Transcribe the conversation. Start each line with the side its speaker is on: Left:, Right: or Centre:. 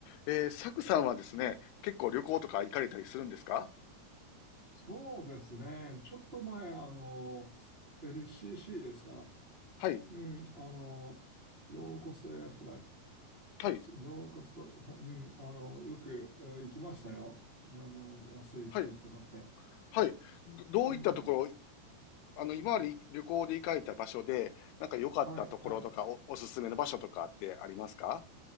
Left: えー、サクさんはですね、結構旅行とか行かれたりするんですか
Right: そうですね。ちょっと前、あの、LCC ですか。
Left: はい、
Right: うん、あの、ローコストエアフライ。
Left: はい、
Right: ローコスト、<laughs> はうん、あの、よく、えー行きましたよ。あの、安いチケット買って。
Left: はい、はい。どどういったところ、
Right: うん、
Left: あの、今まで旅行で行かれた場所で、なんか良かったところとか、
Right: はい、はい。
Left: お、おすすめの場所とかってありますか